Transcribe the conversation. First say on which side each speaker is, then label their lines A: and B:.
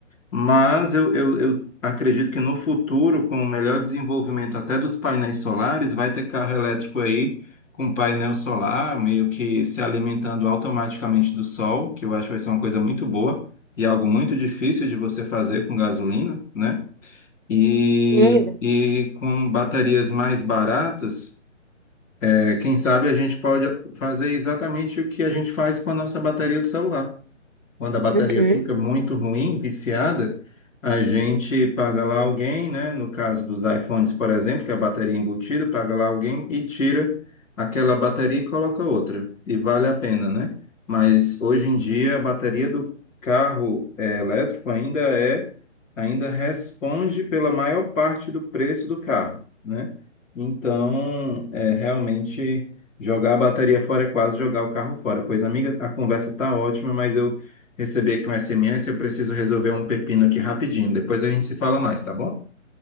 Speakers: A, in the centre; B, on the right.
A: Mas eu, eu, eu acredito que no futuro, com o melhor desenvolvimento até dos painéis solares, vai ter carro elétrico aí com painel solar, meio que se alimentando automaticamente do sol, que eu acho que vai ser uma coisa muito boa e algo muito difícil de você fazer com gasolina, né? E,
B: Sim, né?
A: e com baterias mais baratas, é, quem sabe a gente pode fazer exatamente o que a gente faz com a nossa bateria do celular. Quando a bateria
B: uhum.
A: fica muito ruim, viciada, a gente paga lá alguém, né? No caso dos iPhones, por exemplo, que é a bateria embutida, paga lá alguém e tira aquela bateria e coloca outra. E vale a pena, né? Mas hoje em dia a bateria do carro eh, elétrico ainda é, ainda responde pela maior parte do preço do carro, né? Então, é realmente Jogar a bateria fora é quase jogar o carro fora. Pois, amiga, a conversa tá ótima, mas eu Recebi aqui um SMS, eu preciso resolver um pepino aqui rapidinho. Depois a gente se fala mais, tá bom?